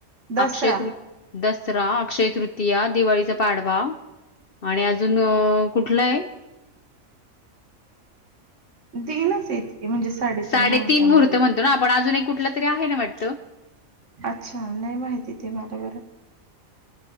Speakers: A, on the right; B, on the left.
A: दसरा
B: अक्षय तृती- दसरा, अक्षयतृतीया, दिवाळीचा पाडवा, आणि अजून कुठलं आहे?
A: तीनच इतके म्हणजे
B: साडेतीन
A: मुहूर्तांपैकी
B: मुहूर्त म्हणतो ना आपण, अजून एक कुठला तरी आहे ना वाटत?
A: अच्छा नाही माहिती, ते मला बरं.